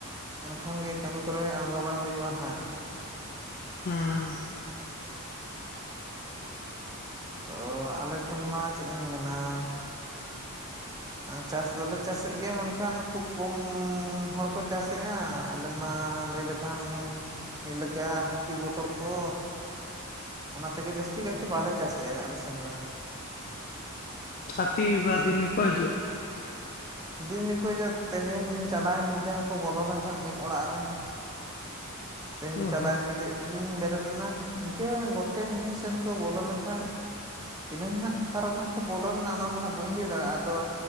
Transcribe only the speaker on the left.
ᱦᱩᱸ
ᱦᱟᱛᱤ ᱵᱟ ᱫᱤᱱ ᱠᱚᱭᱦᱤᱡᱩᱜ
ᱚ
ᱦᱚᱸ